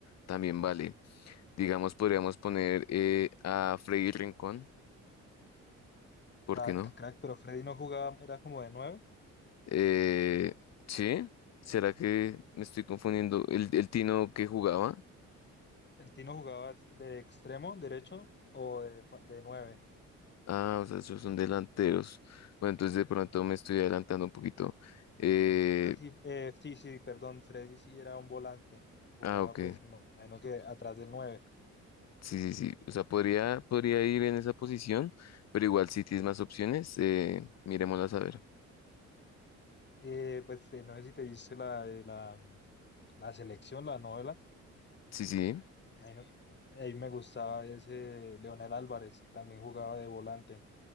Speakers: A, on the left; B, on the left.
A: también vale. Digamos, podríamos poner eh, a Freddy Rincón, ¿por
B: Crack,
A: qué no?
B: crack, pero Freddy no jugaba, era como de nueve.
A: Eh, ¿sí? ¿Será que me estoy confundiendo? ¿El, el Tino que jugaba?
B: El Tino jugaba de extremo derecho o de, fa- de nueve.
A: Ah, o sea, esos son delanteros. Bueno, entonces de pronto me estoy adelantando un poquito. Eh,
B: Ah, sí, eh, sí, sí, perdón, Freddy sí era un volante. Jugaba
A: ah, ok.
B: pues me imagino que atrás del nueve.
A: Sí, sí, sí. O sea, podría, podría ir en esa posición, pero igual si tienes más opciones, eh, miremoslas a ver.
B: Eh, pues eh, no sé si te viste la, de la, la selección, la novela.
A: Sí, sí.
B: Ahí, no- ahí me gustaba ese Leonel Álvarez, que también jugaba de volante.